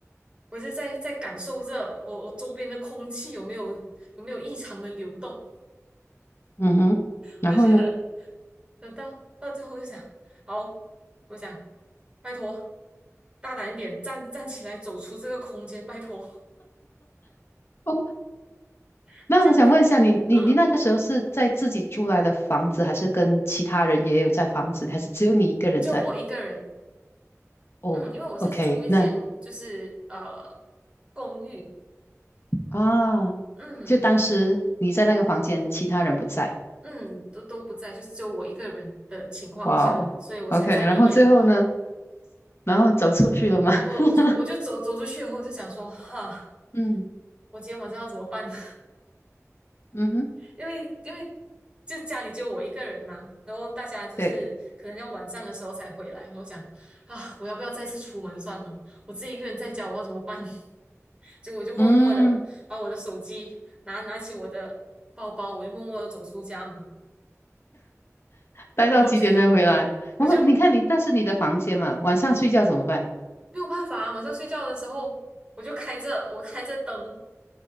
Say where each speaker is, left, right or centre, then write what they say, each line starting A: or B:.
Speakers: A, on the right; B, on the left.
A: 我就在在感受着我我周边的空气有没有有没有异常的流动，
B: 嗯哼，然后呢？
A: 我就觉得。那到到最后就想，好，我想，拜托，大胆一点，站站起来，走出这个空间，拜托。
B: 哦。
A: <laughs>
B: 那我想问一下，
A: 那就，
B: 你你你那个时候是在自己租来的房子，
A: 嗯，
B: 还是跟其他人也有在房子里还是只有你一个人在？
A: 就我一个人，
B: 哦，OK，
A: 嗯，因为我是租一间，
B: 那
A: 就是呃公寓，
B: 啊，
A: 嗯
B: 就当时你在那个房间，其他人不在。
A: 嗯，都都不在，就是只有我一个人的情况下，
B: 哇哦，OK，
A: 所以我才在里面，
B: 然后最后呢？然后走出去了吗？
A: 我我就我就走走出去以后，
B: <laughs>
A: 我就想说，哈，
B: 嗯
A: 我今天晚上要怎么办？<laughs>
B: 嗯哼，
A: 因为因为就家里就我一个人嘛，然后大家就是可能要晚上的时候才回来。
B: 对，
A: 我讲啊，我要不要再次出门算了？我自己一个人在家，我要怎么办？<laughs> 结果我就默默的把我的手机拿拿起我的包包，
B: 嗯，
A: 我就默默的走出家门。
B: 待到几点才回来？
A: 我就
B: 我说，
A: 我就
B: 你看你，但是你的房间嘛，晚上睡觉怎么办？
A: 没有办法啊，晚上睡觉的时候我就开着我开着灯，